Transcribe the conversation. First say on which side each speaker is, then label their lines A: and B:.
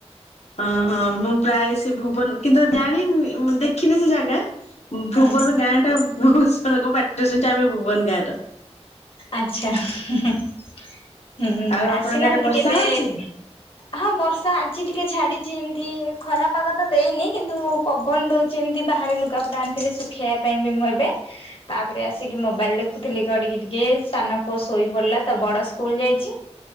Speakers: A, on the left; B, on the left.
A: ଅଁ ହଁ ମୁଁ ପ୍ରାୟ ସେ ଭୁବନ କିନ୍ତୁ ଜାଣିନି ଦେଖିନି ସେ ଜାଗା
B: ହଁ
A: ଭୁବନ ଗାଁ ଟା ବୋହୁତ୍ ଜଣଙ୍କ ପାଟିରେ ଶୁଣିଛୁ ଆମେ ଭୁବନ ଗାଁ ର।
B: ଆଛା ଉଁ ହୁଁ
A: ଆଉ ଆପଣଙ୍କ
B: ଆସିନାହାନ୍ତି
A: ଆଡେ ବର୍ଷା
B: କେବେ?
A: ହଉଛି?
B: ହଁ ବର୍ଷା ଆଜି ଟିକେ ଛାଡିଚି ଏମିତି ଖରା ପାଗ ତ ଦେଇନି କିନ୍ତୁ ପବନ ଦଉଚି ଏମିତି ବାହାରେ ଲୁଗାପଟା ଆଣିିଥିବେ ଶୁଖେଇବା ପାଇଁ ବି ମୁଁ ଏବେ। ତାପରେ ଆସିକି ମୋବାଇଲ ଦେଖୁଥିଲି ଗଢିକି ଟି ଏ ସାନ ପୁଅ ଶୋଇ ପଡିଲା ତ ବଡ ସ୍କୁଲ ଯାଇଛି